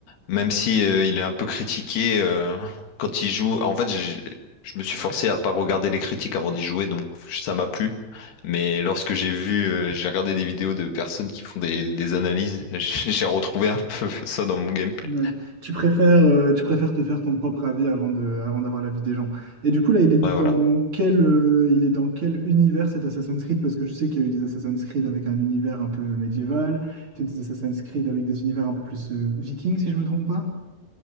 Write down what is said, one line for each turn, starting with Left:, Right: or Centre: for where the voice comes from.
Left: Même si euh, il est un peu critiqué euh, quand il joue. En fait, j'ai- je me suis forcé à pas regarder les critiques avant d'y jouer, donc ça m'a plu. Mais lorsque j'ai vu, euh, j'ai regardé des vidéos de personnes qui font des, des analyses, <laughs> j'ai retrouvé un peu ça dans mon gameplay.
Right: Ouais. Tu préfères, euh, tu préfères te faire ton propre avis avant de, avant d'avoir l'avis des gens. Et du coup, là, il est dans
Left: Ouais, voilà.
Right: quel, euh, il est dans quel univers cet Assassin's Creed? Parce que je sais qu'il y a eu des Assassin's Creed avec un univers un peu médiéval, peut-être des Assassin's Creed avec des univers un peu plus euh, vikings, si je me trompe pas.